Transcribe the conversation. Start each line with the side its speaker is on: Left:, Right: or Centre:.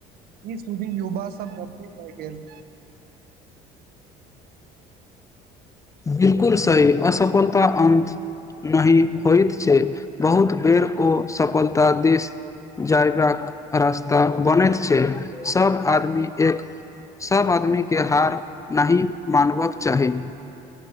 Right: ई सुधी युवा सब गभीर रहि गेल।
Left: बिलकुल सही असफलता अन्त नहि होइत छैय बहुत बेर ओ सफलता दिस जयबाक रास्ता बनैत छैय सब आदमी एक सब आदमी के हार न मानवक चाही